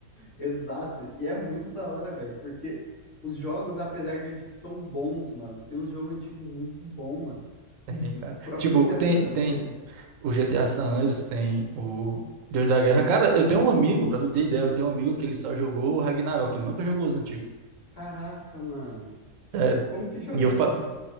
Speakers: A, on the left; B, on the right.
A: exato. E é muito da hora, velho, porque os jogos, apesar de antigos, são bons, mano. Tem uns jogos antigos muito bom, mano.
B: Tem, cara.
A: O próprio
B: Tipo,
A: GTA
B: tem,
A: San Andreas.
B: tem o GTA San Andreas, tem o Deus da Guerra. Cara, eu tenho um amigo, pra tu ter ideia, eu tenho um amigo que ele só jogou o Ragnarok, ele nunca jogou os antigos.
A: Caraca, mano.
B: Sério.
A: Como que joga
B: E eu
A: só?
B: falo.